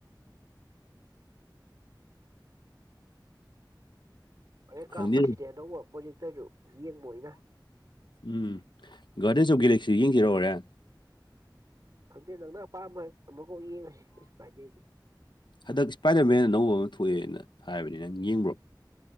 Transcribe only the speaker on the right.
ꯍꯦꯔꯦꯟ
ꯀꯥꯞꯄꯁꯤꯗꯤ ꯑꯅꯧꯕ ꯄ꯭ꯔꯣꯗꯦꯛꯇꯔꯗꯨ ꯌꯦꯡꯕ ꯑꯣꯏꯅ
ꯈꯪꯗꯦ ꯅꯪꯅ ꯑꯄꯥꯝꯕ ꯑꯃꯀꯣꯛ ꯌꯦꯡꯉꯁꯤ ꯀꯩꯁꯨ ꯀꯥꯏꯗꯦ ꯑꯩꯗꯤ